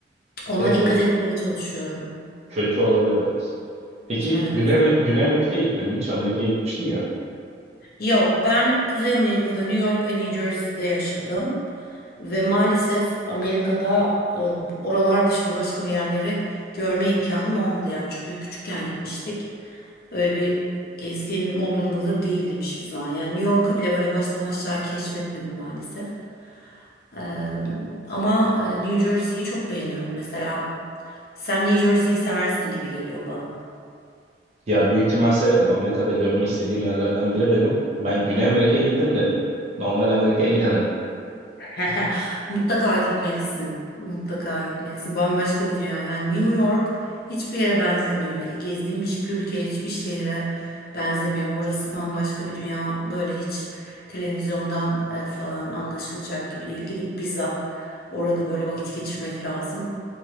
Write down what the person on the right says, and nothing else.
Evet
o
kötü olabilir evet. Peki
Güney, Güney Amerika'ya gittin mi hiç? Amerika'ya gitmiştin ya.
Ya büyük ihtimal severim. Amerika'da görmek istediğim yerlerden biri benim. Ben Güney Amerika'ya gittim de normal Amerika'ya gidemedim.